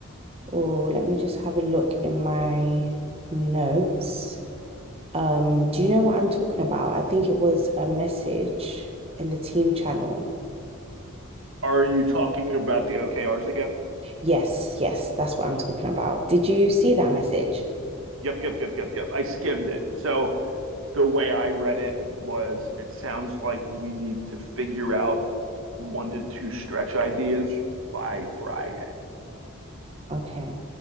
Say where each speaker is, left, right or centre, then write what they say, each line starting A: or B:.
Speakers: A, on the right; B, on the right.
A: Oh, let me just have a look in my notes. Um, do you know what I'm talking about? I think it was a message in the team channel.
B: Are you talking about the OKRs again?
A: Yes, yes, that's what I'm talking about. Did you see that message?
B: Yep, yep, yep, yep, yep. I skimmed it. So the way I read it was it sounds like we need to figure out one to two stretch ideas by Friday.
A: Okay,